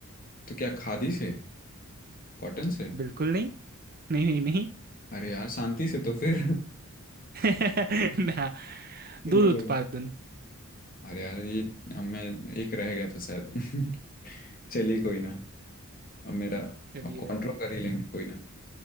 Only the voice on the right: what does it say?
बिल्कुल नहीं नहीं नहीं नहीं
<laughs> ना
दूध
उत्पादन
चलिए